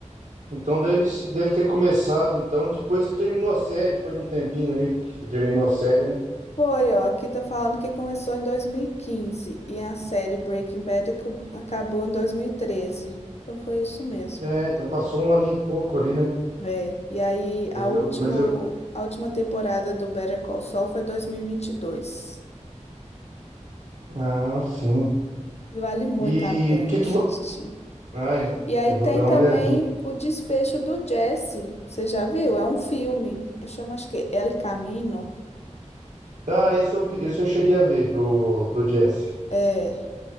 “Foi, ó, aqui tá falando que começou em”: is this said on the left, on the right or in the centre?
Left